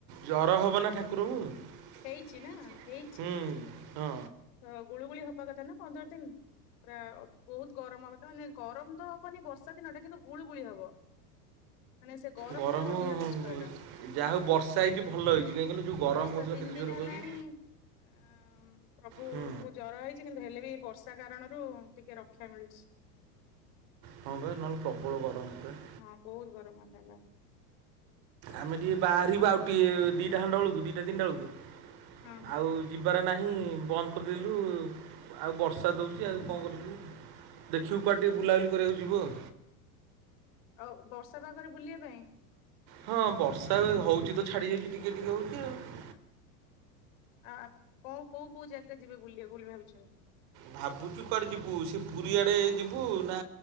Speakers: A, on the right; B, on the left.
A: ଜର ହବ ନା ଠାକୁରଙ୍କୁ <inaudible>
B: ହେଇଛି ନା ହେଇଛି
A: ହୁଁ, ହଁ।
B: ତ ଗୁଳୁଗୁଳି ହବା କଥା ନା ପନ୍ଦର ଦିନ୍? ପ୍ରାୟ ବହୁତ୍ ଗରମ ହବ ତ। ଗରମ ତ ହବନି ବର୍ଷା ଦିନରେ କିନ୍ତୁ ଗୁଳୁ ଗୁଳି ହବ। ମାନେ ସେ
A: ଗରମ
B: ଠାରୁ ଅଧିକା
A: <inaudible>
B: କଷ୍ଟ ଏଟା
A: ଯାହା ହଉ ବର୍ଷା ହେଇଛି ଭଲ ହେଇଛି। କାହିଁ କହିଲ ଯୋଉ ଗରମ
B: ସେ
A: ହେଉଥିଲା
B: ତିନି
A: କେତେ
B: ଦିନ୍
A: ଜୋର
B: ହେଲାଣି
A: କହିଲୁ
B: <inaudible> ପ୍ରଭୁଙ୍କୁ
A: ହୁଁ
B: ଜର ହେଇ ଛି, କିନ୍ତୁ ହେଲେ ବି ବର୍ଷା କାରଣରୁ ଟିକେ ରକ୍ଷା ମିଳୁଛି।
A: ହଁ ପା ନହେଲେ ପ୍ରବଳ ଗରମ ହୁଅନ୍ତା।
B: ହଁ। ବହୁତ ଗରମ ହନ୍ତା ତା
A: ଆମେ ଟିକେ ବାହାରିବା ଆଉ ଟିକେ ଦିଟା ଖଣ୍ଡ ବେଳକୁ। ଦିଟା ତିନିଟା ବେଳକୁ
B: ହଁ ହଁ
A: ଆଉ ଯିବାର ନାହିଁ ବନ୍ଦ କରିଦେଲୁ। <inaudible> ଆଉ ବର୍ଷା ତୋ ହଉଛି ଆଉ କଣ କରିବୁ। ଦେଖିବୁ କୁଆଡ଼େ ଟିକେ ବୁଲାବୁଲି କରିଆକୁ ଯିବୁ ଆଉ।
B: ଆଉ ବର୍ଷା ପାଗରେ ବୁଲିବା ପାଇଁ
A: ହଁ ବର୍ଷା ହଉଛି ତ ଛାଡି ଯାଇଛି ଟିକେ ଟିକେ ହଉଛି ଆଉ।
B: ଆ କୋଉ କୋଉ କୋଉ ଜାଗା ଯିବେ ବୁଲିବାକୁ ବୋଲିଭାବିଛ?
A: ଭାବୁଛୁ କୁଆଡେ ଯିବୁ। ସେ ପୁରୀଆଡେ ଯିବୁ ନା